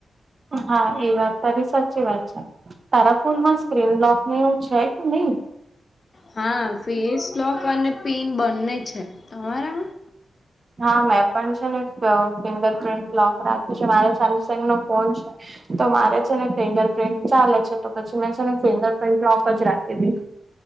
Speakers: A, on the right; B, on the left.
A: હા એ વાત તારી સાચી વાત છે. તારા ફોન માં સ્ક્રીન લોકને એવું છે કે નહી
B: હા ફેસ લોક અને પીન બંને છે તમારામાં
A: હા મેં પણ છે ને ફિંગર પ્રિન્ટ લોક રાખ્યું છે મારે સેમસંગ નો ફોન છે તો મારે છે ને ફિંગર પ્રિન્ટ ચાલે છે તો પછી મેં છે ને ફિંગર પ્રિન્ટ લોક જ રાખી દીધૂ